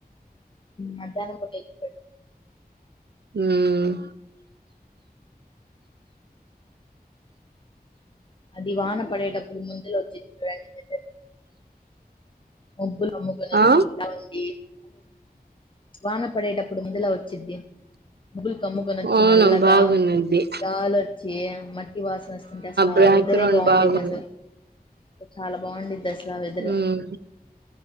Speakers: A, on the left; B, on the right.
A: మధ్యానం పూట ఎగ్ పేడ్
B: హ్మ్
A: అది వన పడేటపుడు మందులా వచ్చిద్ది చూడు అండి వె ముగ్గులు అమ్ముకుని వచ్చి
B: ఆ
A: ఇట్లా ఉండి వాన పడేటప్పుడు మీదిలా వచ్చింద్ది ముగులు కమ్ముకొని వచ్చి
B: అవును
A: నల్గా
B: బాగున్నది
A: కాల చి మా ఈవాసన వస్తుంటే అసలు
B: బ్యాక్గ్రౌండ్
A: ఆ వెదరే బాగుండిద్ది
B: బాగుంది
A: అసలు చాలా బాగుండిద్ది అసలు ఆ వెదర్
B: హ్మ్